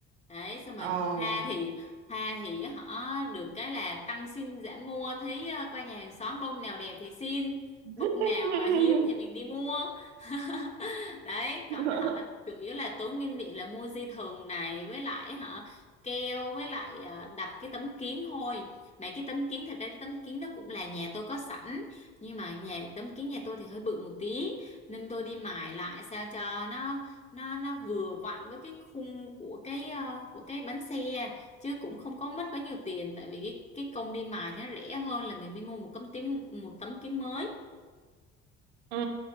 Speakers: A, on the left (about 20°); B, on the right (about 75°).
A: đấy xong rồi
B: Ồ,
A: hoa thì hoa thì họ được cái là tăng xin giảm mua thấy ờ, qua nhà hàng xóm bông nào đẹp thì xin
B: <laughs>
A: bông nào mà hiếm thì mình đi mua <laughs> đấy còn
B: <laughs> oh.
A: họ chủ yếu là tốn nguyên liệu là mua dây thừng này với lại hả keo với lại ờ, đặt cái tấm kiến thôi mấy cái tấm kiến thật ra cái tấm kiến nó cũng là nhà tôi có sẵn nhưng mà nhà tấm kiến nhà tôi thì hơi bự một tí nên tôi đi mài lại sao cho nó nó nó vừa vặn với cái khung của cái ờ, của cái bánh xe chứ cũng không có mất quá nhiều tiền tại vì cái cái công đi mài thì nó rẻ hơn là mình đi mua một tấm kiến một tấm kiến mới
B: Ừ.